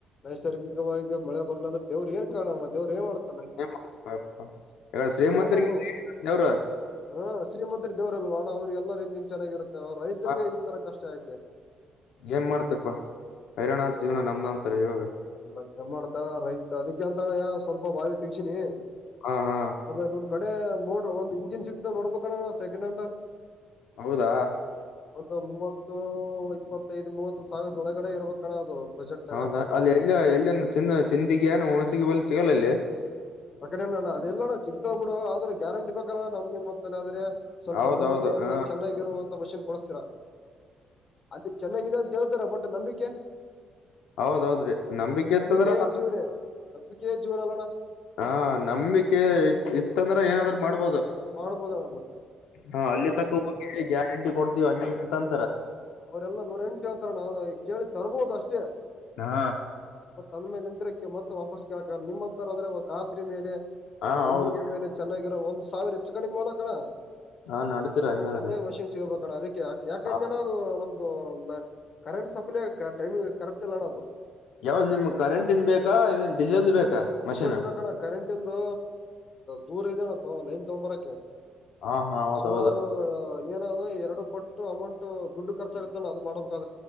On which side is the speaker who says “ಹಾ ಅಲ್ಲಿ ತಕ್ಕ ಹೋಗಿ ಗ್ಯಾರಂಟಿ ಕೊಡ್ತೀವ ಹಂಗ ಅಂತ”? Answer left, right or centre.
Left